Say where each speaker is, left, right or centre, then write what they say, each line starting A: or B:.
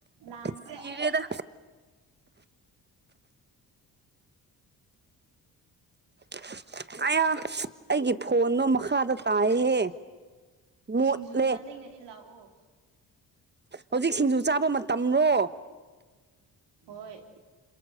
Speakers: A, on the right (about 80°); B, on the right (about 25°).
A: ꯂꯥꯟꯈ꯭ꯔꯦ
B: ꯁꯤꯔꯦꯗ
A: ꯑꯩ
B: <inaudible> ꯑꯌꯥ ꯑꯩꯒꯤ ꯐꯣꯟꯗꯣ ꯃꯈꯥꯗ ꯇꯥꯏꯍꯦ ꯃꯣꯠꯂꯦ
A: ꯁꯤꯡꯖꯨ ꯆꯥꯅꯤꯡꯉꯗꯤ ꯂꯥꯛꯑꯣ
B: ꯍꯧꯖꯤꯛ ꯁꯤꯡꯖꯨ ꯆꯥꯕ ꯃꯇꯝꯔꯣ
A: ꯍꯣꯏ